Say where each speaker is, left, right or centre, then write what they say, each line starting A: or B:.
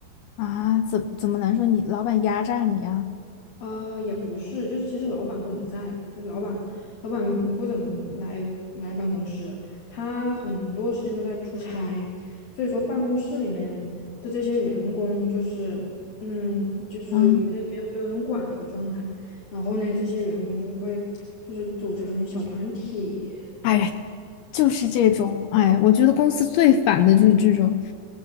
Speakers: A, on the left; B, on the left.
A: 啊，怎怎么难说你老板压榨你啊？
B: 呃，也不是，就是其实老板不怎么在，就老板老板不怎么来来办公室，他很多时间都在出差，所以说办公室里面的这些员工就是，嗯，就是没人没有没有人管的一个状态。
A: 啊，
B: 然后呢，这些员工就会就是组成小团体，
A: 哎呀，就是这种，哎，我觉得公司最烦的就是这种，